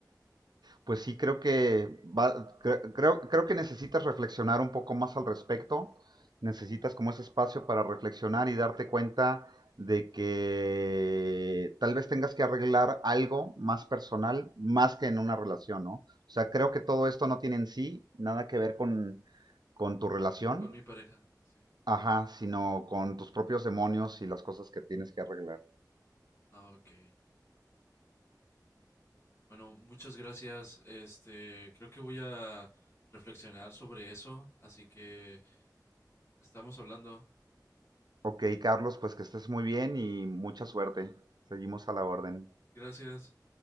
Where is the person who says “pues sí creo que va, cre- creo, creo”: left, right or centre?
Right